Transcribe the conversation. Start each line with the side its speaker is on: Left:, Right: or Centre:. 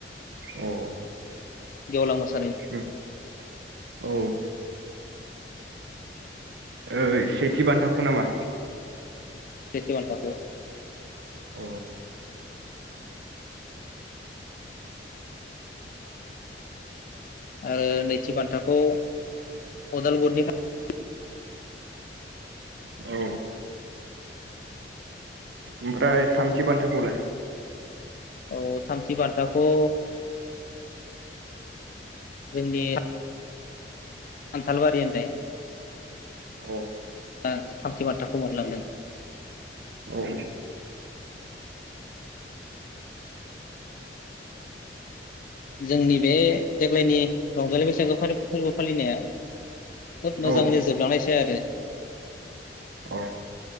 Right: अ।
Left: गेवलां मोसा
Right: उम औ। ओइ सेथि बान्थाखौ नामा?
Left: सेथि बान्थाखौ।
Right: अ।
Left: आरो नैथि बान्थाखौ अदालगुरिनि <unintelligible>
Right: औ ओमफ्राय थामथि बान्थाखौलाय?
Left: औ थामथि बान्थाखौ जोंनि खान्थालबारि होननाय
Right: अ।
Left: <unintelligible> थामथि बान्थाखौ मोनलांदों।
Right: औ
Left: जोंनि बे देग्लायनि रंजालि बैसागो फा फोरबो फालिनाया खोब मोजाङैनो
Right: औ
Left: जोबलांनायसै आरो
Right: अ